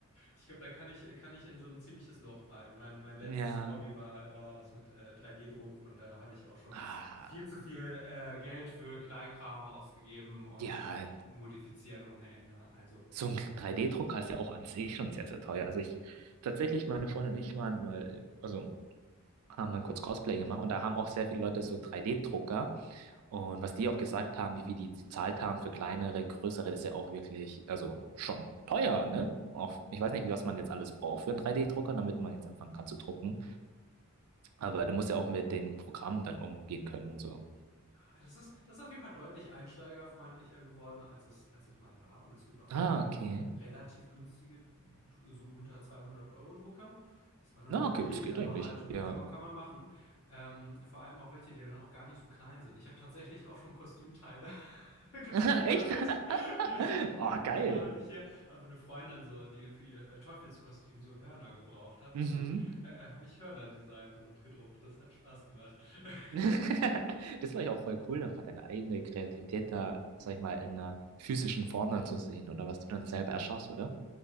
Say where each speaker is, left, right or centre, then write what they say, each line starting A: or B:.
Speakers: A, on the left; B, on the right.
A: Ich glaube, da kann ich, kann ich in so ein ziemliches Loch fallen. Mein, mein letztes
B: Ja.
A: so Hobby war, war das mit äh, 3D-Druck und da habe ich auch schon
B: Ah,
A: viel zu viel äh, Geld für Kleinkram ausgegeben und
B: ja,
A: modifizieren ohne Ende. Also,
B: so ein 3D-Drucker ist ja auch an sich schon sehr, sehr teuer. Also ich, tatsächlich, meine Freundin und ich waren mal, also haben mal kurz Cosplay gemacht und da haben auch sehr viele Leute
A: Mhm.
B: so 3D-Drucker. Und was die auch gesagt haben, wie viel die gezahlt haben für kleinere, größere, das ist ja auch wirklich, also schon teuer, ne? Auch, ich weiß nicht, wie was man jetzt alles braucht für einen 3D-Drucker, damit man jetzt anfangen kann zu drucken. Aber du musst ja auch mit den Programmen dann umgehen können und so.
A: Ja, das ist, das ist auf jeden Fall deutlich einsteigerfreundlicher geworden, als es, als es mal war. Und es gibt auf
B: Ah,
A: jeden Fall
B: okay.
A: auch relativ günstige, so unter 200 Euro Drucker. Ist immer noch
B: Na,
A: nicht
B: okay,
A: billig,
B: das geht
A: aber
B: eigentlich.
A: halt äh,
B: Ja.
A: kann man, kann man machen. Ähm, vor allem auch welche, die dann auch gar nicht so klein sind. Ich habe tatsächlich auch schon Kostümteile <laughs> gedrückt
B: <laughs> Echt?
A: damit.
B: <laughs>
A: <laughs> Ja,
B: Oh,
A: habe
B: geil.
A: ich gerade nicht hier. Aber eine Freundin so, die für ihr äh, Teufelskostüm so Hörner gebraucht hat.
B: Mhm.
A: Und dann äh, äh, habe ich Hörner designt und gedruckt. Das hat Spaß gemacht. <laughs>
B: <laughs> Das war ich auch voll cool, einfach deine eigene Kreativität da, sag ich mal, in einer physischen Form dann zu sehen oder was du dann selber erschaffst, oder?